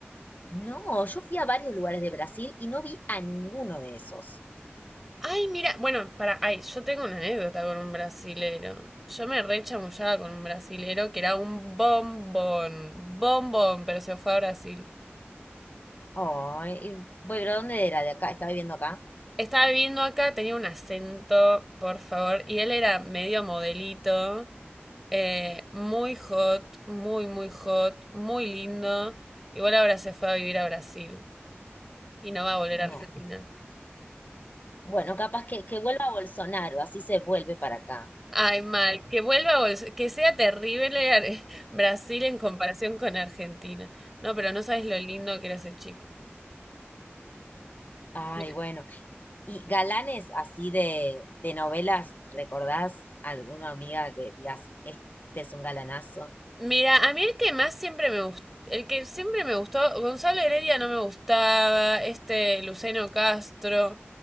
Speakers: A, on the left (about 45°); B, in the centre.
A: No, yo fui a varios lugares de Brasil y no vi a ninguno de esos.
B: Ay, mira, bueno, para, ay, yo tengo una anécdota con un brasilero. Yo me re chamullaba con un brasilero que era un bombón, bombón, pero se fue a Brasil.
A: Ay, y- bueno, pero ¿dónde era de acá? ¿Estaba viviendo acá?
B: Estaba viviendo acá, tenía un acento, por favor, y él era medio modelito, eh, muy hot, muy, muy hot, muy lindo. Igual ahora se fue a vivir a Brasil y no va a volver
A: No.
B: a Argentina.
A: Bueno, capaz que, que vuelva a Bolsonaro, así se vuelve para acá.
B: Ay, mal, que vuelva, Bols- que sea terrible Ar- <laughs> Brasil en comparación con Argentina. No, pero no sabes lo lindo que era ese chico.
A: Ay,
B: Mi-
A: bueno. Y galanes así de, de novelas, ¿recordás alguna amiga que digas, este es un galanazo?
B: Mira, a mí el que más siempre me gustó, el que siempre me gustó, Gonzalo Heredia no me gustaba, este Luceno Castro,